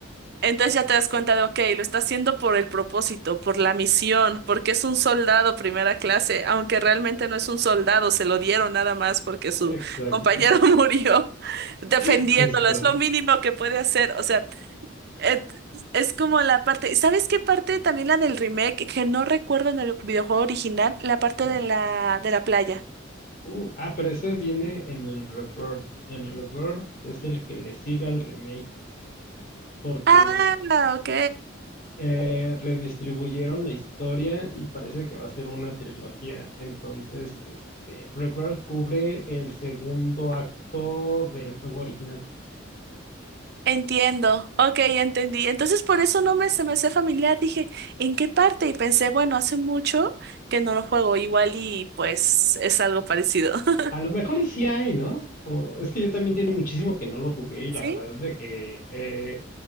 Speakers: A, on the right; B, on the left.
A: Entonces ya te das cuenta de, ok, lo está haciendo por el propósito, por la misión, porque es un soldado primera clase, aunque realmente no es un soldado, se lo dieron nada más porque su
B: Exacto,
A: compañero <laughs> murió defendiéndolo,
B: <laughs> justo.
A: es lo mínimo que puede hacer. O sea, Et- Es como la parte, ¿sabes qué parte? También la del remake, que no recuerdo en el videojuego original, la parte
B: ¿Cuál?
A: de la, de la playa.
B: Uh, ah, pero ese viene en el Rebirth. El Rebirth es el que le sigue al remake, porque
A: Ah, ok.
B: Eh, redistribuyeron la historia y parece que va a ser una trilogía. Entonces, este, Rebirth cubre el segundo acto del juego original.
A: Entiendo. Ok, ya entendí. Entonces por eso no me se me hacía familiar. Dije, ¿en qué parte? Y pensé, bueno, hace mucho que no lo juego igual y pues es algo parecido. <laughs>
B: A lo mejor y sí hay, ¿no? O- es que yo también tiene muchísimo que no lo jugué y
A: ¿Sí?
B: la verdad es de que eh,